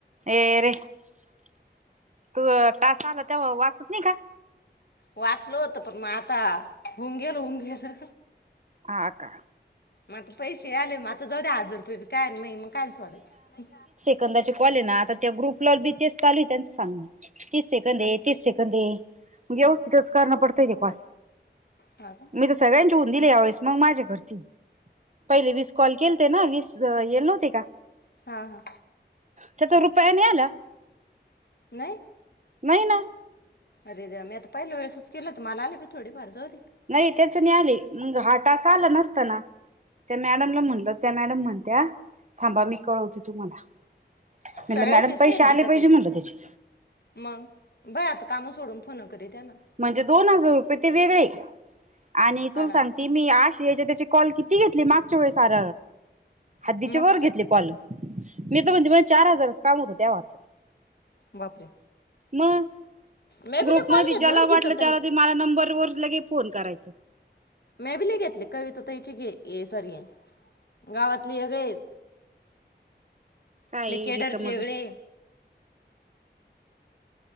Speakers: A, on the right (about 40°); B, on the left (about 60°).
A: ए रे तू टास्क, आला तेव्हा वाचत नाही का?
B: वाचल होत पण मग आता, होऊन गेल होऊन गेल,
A: ह का,
B: मग पैसे आले म आता, जाऊ द्या हजार रुपये बी काय म मग कायाला सोडायचं,
A: <unintelligible> चे कॉल आहेत ना ग्रुप, बी तेच चालू आहे त्यांचं सांग, म तीस सेकंद
B: काय
A: आहे तीस सेकंद दे म्हणजे अवस्थितच करना पडताय ते काय,
B: हा का
A: मी तर सगळ्यांची ऊन दिली, यावेस मग माझ्या करती, पहिले वीस कॉल केलते ना, वीस येल नव्ह का
B: हा हा
A: त्या रुपया नाही आला,
B: नाही,
A: नाही ना
B: अरे रे आम्ी आता पहिल्या वेळेसच केलं तर मला आलेी थोडीफार जाऊी
A: नाही त्याच नाही आले मंग हाटास आला नसताना त्या मॅडमला म्हणलं त्या मॅडम म्हण त्या थांबा मी कळवते तुम्हाला म्हणलं
B: सगळ्याचेच
A: मॅडम पैसे
B: नाही
A: आले
B: गीता
A: पाहिजे
B: ताई
A: म्हटलं
B: पण
A: त्याचे
B: मग बई आता कामं सोडून फोनं करी त्या ना
A: म्हणजे दोन हजार रुपये ते वेगळे आणि तुला
B: हा ना
A: सांगते मी आश याच्या त्याची कॉल किती घेतली मागच्या वेस सार हद्दीचे
B: मग
A: वर
B: स
A: घेतले कॉल मी तर म्हणते म चार हजारच काम होतं त्या वाच
B: बापरे
A: म
B: मॅबीले
A: ग्रुपमध्ये
B: कॉल
A: ज्याला
B: घेतले बरं गीता
A: वाटलं
B: ताई
A: त्याला ते मला नंबरवर ल के फोन करायच
B: मेबिले घेतले कविता त हची घे ये सॉरी ये गावातले हेगळे
A: काय
B: केडरचे
A: रेिकमट
B: वेगळे